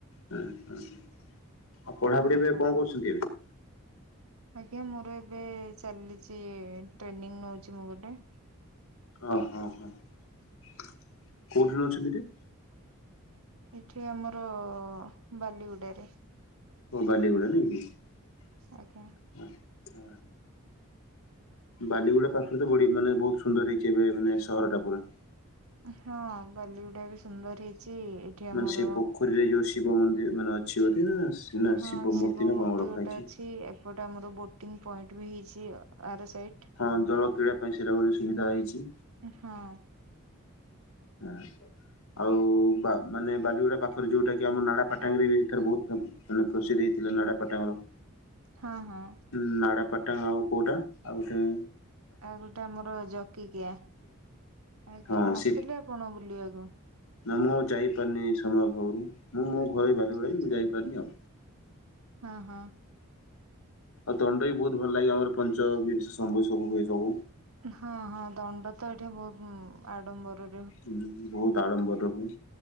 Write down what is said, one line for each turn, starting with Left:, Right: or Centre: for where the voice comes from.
Left: ହୁଁ- ହୁଁ -ହଁ -ଆଉ ପଢାପଢି
Right: ହଁ
Left: ଏବେ
Right: ଆଜ୍ଞା।
Left: କଣ କରୁଛନ୍ତି ଏବେ?
Right: ଆଜ୍ଞା, ମୋର ଏବେ ଚାଲିଛି ଟ୍ରେନିଂ ନଉଛି ମୁଁ ଗୋଟେ,
Left: ହଁ- ହଁ- ହଁ -କୋଉଠି ରହୁଛନ୍ତି ରେ
Right: ଏଠି ଆମର ବାଲିଗୁଡାରେ।
Left: ଓ ବାଲିଗୁଡାରେ ନାଇଁ
Right: ଆଜ୍ଞା
Left: କି। ବାଲିଗୁଡା ପାଖରେ ତ ବଢି ମାନେ ବହୁତ ସୁନ୍ଦର ହେଇଛି, ଏବେ ମାନେ ସହର ଟା ପୁରା।
Right: ହଁ ବାଲିଗୁଡା ଏବେ ସୁନ୍ଦର ହେଇଛି। ଏଠି ଆମର
Left: ମାନେ ସେ ପୋଖରୀରେ ଯୋଉ ଶିବ ମନ୍ଦିର ମାନେ ଅଛି ବଧେ ନା। ନା
Right: ହଁ ଶିବ
Left: ନା
Right: ମୂର୍ତ୍ତି
Left: କଣ ରଖା
Right: ଗୋଟେ
Left: ହେଇଛି।
Right: ଅଛି, ଏପଟେ ଆମର ବୋଟିଂ ପଏଣ୍ଟ ବି ହେଇଛି, ଅ ଆର ସାଇଟ୍।
Left: ହଁ ଜଳ କ୍ରୀଡ଼ା ପାଇଁ ସେଟା ଗୋଟେ ସୁବିଧା ହେଇଛି।
Right: ହଁ।
Left: ଆଁ। ଆଉ ବା ମାନେ ବାଲିଗୁଡା ପାଖରେ, ଯୋଉଟା କି ଆମ ନାଡା ପାଟାଙ୍ଗରେ ଏଥର ବହୁତ ମାନେ ପ୍ରସିଦ୍ଧି ହେଇଥିଲା ନାଡାପାଟାଙ୍ଗର।
Right: ହଁ ହଁ।
Left: ହୁଁ, ନାଡ଼ାପାଟାଙ୍ଗ ଆଉ କୋଉଟା, ଆଉ ଗୋଟେ,
Right: ଆଉ ଗୋଟେ ଆମର ଜକିକିଆ, ଆଜ୍ଞା
Left: ହଁ
Right: ଆସିଥିଲେ
Left: ସେ
Right: ଆପଣ ବୁଲିବାକୁ।
Left: ନା ମୁଁଉ ଯାଇପାରିନି ସମୟ ଅଭାବରୁ, ମୁଁ ମୋ ଘର ଏଇ
Right: ଆଚ୍ଛା
Left: ବାଲିଗୁଡ଼ା
Right: ଆଚ୍ଛା
Left: ଯେ ମୁଁ ଯାଇପାରିନି ଆଉ।
Right: ହଁ ହଁ।
Left: ଆଉ ଦଣ୍ଡ ବି ବହୁତ ଭଲ ଲାଗେ, ଆମର ପଞ୍ଚ ବିିଂଶ ଶମ୍ବୁ ସବୁ ହୁଏ ସବୁ।
Right: ହଁ ହଁ ଦଣ୍ଡ ତ ଏଠି ବହୁତ ଆଡମ୍ବର
Left: ହୁଁ ବହୁତ ଆଡ଼ମ୍ବରରେ ହୁଏ।